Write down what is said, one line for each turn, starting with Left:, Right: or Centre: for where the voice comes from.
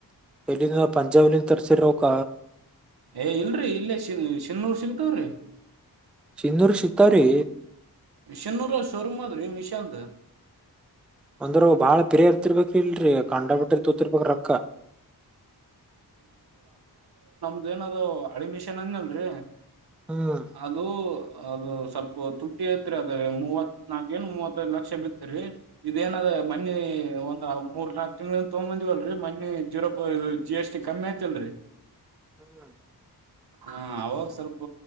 Centre: ಇಲ್ಲಿಂದ ಪಂಜಾಬ್ಲಿಂದ ತರ್ಸಿರವಕ್ಕ
Right: ಏ ಇಲ್ರರಿ ಇಲ್ಲೇ ಶಿನ್ನೂರ್ ಸಿಗ್ತಾವ್ರಿ
Centre: ಸಿನ್ನೂರು ಶತ ರೀ
Right: ಶಿನ್ನೂರ ಶೋರೂಮ್ ಆದ್ರಿ ಮಿಷ ಅಂತ
Centre: ಒಂದರು ಬಾಳ ಪಿರಿಯ ಇರ್ತಿರ್ಬೇಕ ಇಲ್ರರಿ ಕಾಂಡ ಬಿಟ್ಟ್ರಿರ್ತೋತಿರ್ಬೇಕ ರೊಕ್ಕ
Right: ಅೇನದು ಅಡಿಮಿಷನ್ ಅನ್ಲ್ರಿ
Centre: ಹ್ಮ್
Right: ಅದು ಅದು ಸ್ವಲ್ಪ ತುಟ್ಟಿ ಐತ್ರಿ ಅದೇ ಮೂವತ್ ನಾಕ ಏ ಮೂವತ್ತೈ್ ಲಕ್ಷ ಬಿತ್ತರಿ ಇದೇಏನ ಅದೇ ಮಣಿ ಒಂದ್ ಮೂರ್ ನಾಕಕ್ ತಿಂಗಳಿಂದ ತೊಗೊಂಬಂದೀವಲ್ರರಿ ಮಣಿ ಜೀರೋಪ್ ಜಿ ಎಸ್ ಟಿ ಕಮ್ಮಿ ಐತಿಲ್ರಿ
Centre: ಹ್ಮ
Right: ಹ ಅವಾಗ ಸ್ವಲ್ಪ